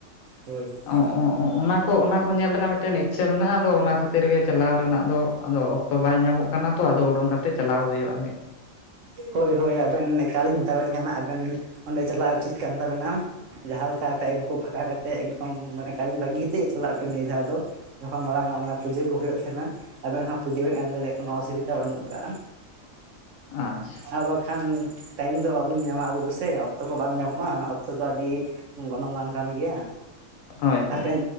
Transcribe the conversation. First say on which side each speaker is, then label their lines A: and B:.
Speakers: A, on the right; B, on the left.
A: ᱦᱳᱭ ᱦᱳᱭ
B: ᱚᱸᱜ ᱚᱸᱜ ᱚᱱᱟ ᱠᱚ ᱚᱱᱟ ᱠᱚ ᱧᱮᱞ ᱨᱮᱱᱟᱜ ᱢᱤᱫᱴᱟᱝ ᱤᱪᱪᱷᱟᱹ ᱢᱮᱱᱟᱜᱼᱟ ᱟᱫᱚ ᱚᱱᱟ ᱠᱷᱟᱹᱛᱤᱨ ᱜᱮ ᱪᱟᱞᱟᱣ ᱨᱮᱱᱟᱜ ᱫᱚ ᱟᱫᱚ ᱚᱠᱛᱚ ᱵᱟᱭ ᱧᱟᱢᱚᱜ ᱠᱟᱱᱟ ᱛᱚ ᱟᱫᱚ ᱩᱰᱩᱝ ᱠᱟᱛᱮ ᱪᱟᱞᱟᱣ ᱦᱩᱭᱩᱜᱼᱟ ᱢᱤᱫ ᱾
A: ᱦᱳᱭ ᱦᱳᱭ ᱟᱫᱚ ᱮᱠᱟᱞ ᱤᱧ ᱢᱮᱛᱟᱵᱮᱱ ᱠᱟᱱᱟ ᱟᱵᱮᱱ ᱚᱸᱰᱮ ᱪᱟᱞᱟᱜ ᱩᱪᱤᱛ ᱠᱟᱱ ᱛᱟᱵᱮᱱᱟ ᱾ ᱡᱟᱦᱟᱸ ᱞᱮᱠᱟ ᱴᱟᱭᱤᱢ ᱠᱚ ᱯᱷᱟᱸᱠᱟ ᱠᱟᱛᱮᱜ ᱮᱠᱫᱚᱢ ᱢᱟᱱᱮ ᱠᱟᱹᱢᱤ ᱵᱟᱹᱜᱤᱛᱮ ᱪᱟᱞᱟᱜ ᱯᱮ ᱱᱤᱭᱟᱹ ᱫᱷᱟᱣ ᱫᱚ ᱾ ᱡᱚᱠᱷᱚᱱ ᱢᱟᱲᱟᱝ ᱟᱜ ᱚᱱᱟ ᱯᱩᱡᱟᱹ ᱠᱚ ᱦᱩᱭᱩᱜ ᱛᱟᱸᱱᱟ ᱟᱫᱚ ᱱᱷᱟᱜ ᱯᱩᱡᱟᱹ ᱵᱮᱱ ᱮᱢ ᱫᱟᱲᱮᱭᱟᱜᱼᱟ ᱠᱚᱱᱳ ᱾ ᱚᱥᱩᱵᱤᱫᱷᱟ ᱵᱟᱹᱱᱩᱜ ᱟᱠᱟᱟᱜᱼᱟ
B: ᱟᱸᱪ
A: ᱟᱨ ᱵᱟᱠᱷᱟᱱ ᱴᱟᱭᱤᱢ ᱫᱚ ᱵᱟᱵᱚᱱ ᱧᱟᱢᱟ ᱟᱵᱚ ᱫᱚ ᱥᱮ ᱚᱠᱛᱚ ᱠᱚ ᱵᱟᱝ ᱧᱟᱢᱚᱜᱼᱟ ᱚᱠᱛᱚ ᱫᱚ ᱟᱹᱰᱤ ᱜᱚᱱᱚᱝᱟᱱ ᱠᱟᱱ ᱜᱮᱭᱟ
B: ᱦᱳᱭ ᱦᱳᱭ
A: ᱦᱟᱯᱮᱱ